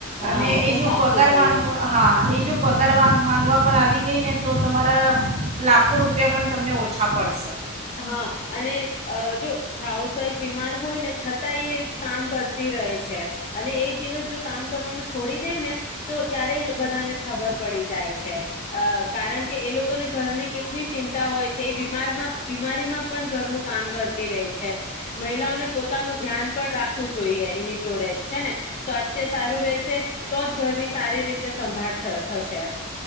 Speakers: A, on the left; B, on the right.
A: હા
B: અને
A: એકદમ
B: એ જો
A: સાચું
B: પગાર
A: કહ્યું
B: માંગવા હા એ જો પગાર વાંગ માંગવા પર આવી ગઈ ને તો તમારા લાખો રૂપિયા પણ તમને ઓછા પડશે.
A: હા અને જો હાઉસવાઈફ બીમાર હોય ને છ તા કામ કરતી રહે છે. અને એક દિવસ જો કામ કરવાનું છોડી દે ને તો ત્યારે બધાને ખબર પડી જાય છે અ. કારણ કે એ લોકોને ઘરને કેટલી ચિં તા હોય છે એ બીમારમાં બીમારીમાં પણ ઘરનું કામ કરતી રહે છે મહિલાઓને પોતાનું ધ્યાન પણ રાખવું જોઈએ એની જોડે છે ને. સ્વાસ્થ્ય સારું રહેશે તો જ ઘરની સારી રી તે સંભાળ થ થશે.